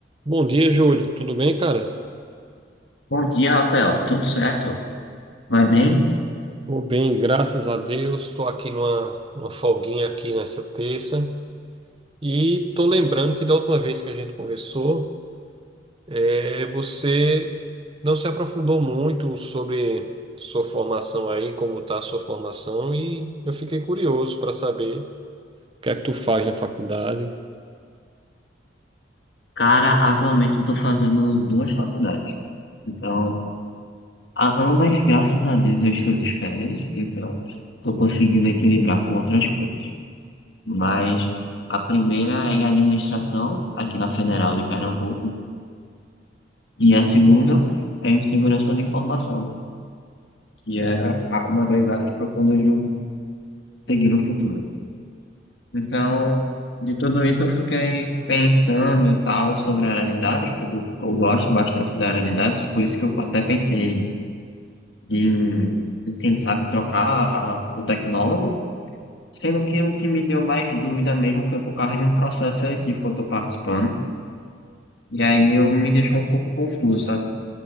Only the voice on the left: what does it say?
Bom dia, Rafael. Tudo certo? Vai bem?
Cara, atualmente eu tô fazendo duas faculdades. Então, a- ambas, graças a Deus, eu estou de férias. Então, tô conseguindo equilibrar com outras coisas. Mas a primeira é em administração, aqui na Federal de Pernambuco. E a segunda é em segurança da informação, que é a- uma das áreas que eu planejo seguir no futuro. Então, de tudo isso eu fiquei pensando e tal sobre oralidades, porque eu, eu gosto bastante de oralidades, por isso que eu até pensei em, em, quem sabe, trocar a- o tecnólogo, sendo que o que me deu mais dúvida mesmo foi por causa de um processo seletivo que eu estou participando, e aí eu me deixou um pouco confuso, sabe?